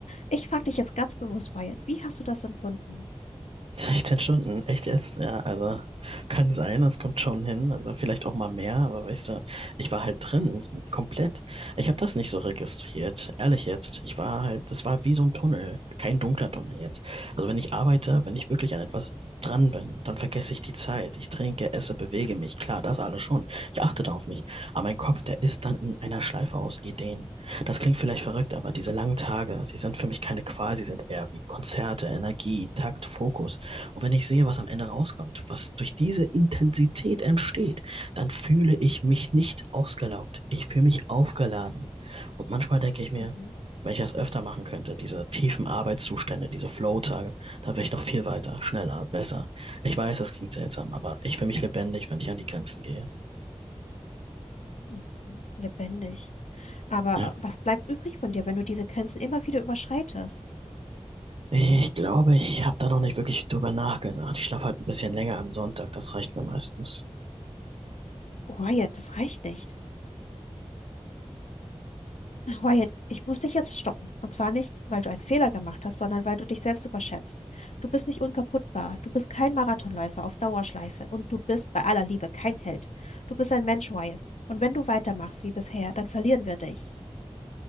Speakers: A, on the left; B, on the right.
A: Ich frage dich jetzt ganz bewusst, Wyatt, wie hast du das empfunden?
B: 16 Stunden, echt jetzt? Ja, also kann sein, das kommt schon hin. Also vielleicht auch mal mehr, aber weißt du, ich war halt drin, komplett. Ich habe das nicht so registriert, ehrlich jetzt. Ich war halt, das war wie so ein Tunnel, kein dunkler Tunnel jetzt. Also wenn ich arbeite, wenn ich wirklich an etwas dran bin, dann vergesse ich die Zeit. Ich trinke, esse, bewege mich. Klar, das alles schon. Ich achte da auf mich. Aber mein Kopf, der ist dann in einer Schleife aus Ideen. Das klingt vielleicht verrückt, aber diese langen Tage, sie sind für mich keine Qual, sie sind eher wie Konzerte, Energie, Takt, Fokus. Und wenn ich sehe, was am Ende rauskommt, was durch diese Intensität entsteht, dann fühle ich mich nicht ausgelaugt. Ich fühle mich aufgeladen. Und manchmal denke ich mir,
A: Mhm.
B: wenn ich das öfter machen könnte, diese tiefen Arbeitszustände, diese Flow-Tage, dann wäre ich noch viel weiter, schneller, besser. Ich weiß, das klingt seltsam, aber ich fühle mich lebendig, wenn ich an die Grenzen gehe.
A: mhm, Lebendig. Aber
B: Ja.
A: was bleibt übrig von dir, wenn du diese Grenzen immer wieder überschreitest?
B: Ich, ich glaube, ich habe da noch nicht wirklich drüber nachgedacht. Ich schlafe halt ein bisschen länger am Sonntag, das reicht mir meistens.
A: Wyatt, das reicht nicht. Wyatt, ich muss dich jetzt stoppen. Und zwar nicht, weil du einen Fehler gemacht hast, sondern weil du dich selbst überschätzt. Du bist nicht unkaputtbar. Du bist kein Marathonläufer auf Dauerschleife. Und du bist bei aller Liebe kein Held. Du bist ein Mensch, Wyatt. Und wenn du weitermachst wie bisher, dann verlieren wir dich.